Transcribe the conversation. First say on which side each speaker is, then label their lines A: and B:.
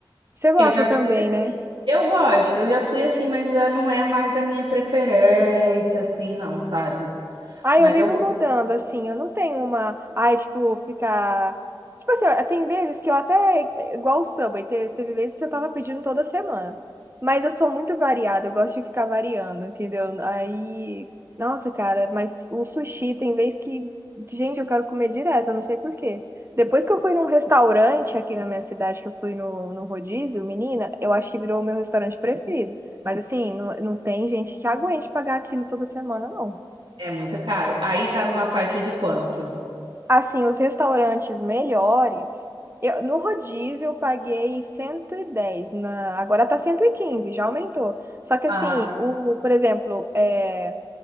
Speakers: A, on the right; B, on the right.
A: Você gosta
B: Eu já fui
A: também,
B: assim.
A: né?
B: Eu gosto, eu já fui assim, mas já não é mais a minha preferência, assim, não, sabe?
A: Ah,
B: Mas
A: eu vivo
B: eu gosto.
A: mudando, assim, eu não tenho uma. Ai, tipo, ficar. Tipo assim, ó, tem vezes que eu até. é Igual o Subway, te- teve vezes que eu tava pedindo toda semana. Mas eu sou muito variada, eu gosto de ficar variando, entendeu? Aí. Nossa, cara, mas o sushi tem vez que. Gente, eu quero comer direto, eu não sei por quê. Depois que eu fui num restaurante aqui na minha cidade, que eu fui no, no rodízio, menina, eu acho que virou o meu restaurante preferido. Mas assim, não, não tem gente que aguente pagar aquilo toda semana, não.
B: É muito caro. Aí tá numa faixa de quanto?
A: Assim, os restaurantes melhores. Eu, no rodízio eu paguei 110 na, agora tá 115 já aumentou. Só que assim,
B: Ah,
A: o, por exemplo, é,